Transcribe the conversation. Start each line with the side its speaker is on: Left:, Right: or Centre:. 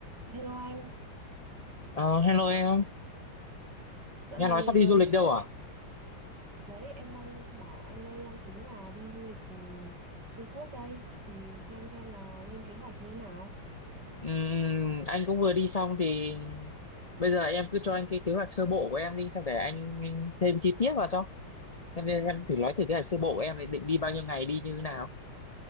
Right: Hello anh,
Left: Ờ, hello em,
Right: dạo
Left: nghe
Right: này
Left: nói sắp
Right: à,
Left: đi du lịch đâu
Right: đã,
Left: à?
Right: em thì đấy em đang bảo anh đây đang tính là đi du lịch ừ, Trung Quốc đây thì xem xem là lên kế hoạch như thế nào.
Left: Ừm, anh cũng vừa đi xong thì bây giờ em cứ cho anh cái kế hoạch sơ bộ của em đi, xong để anh, thêm chi tiết vào cho. Em, em thử nói thử kế hoạch sơ bộ của em thì định đi bao nhiêu ngày đi như thế nào?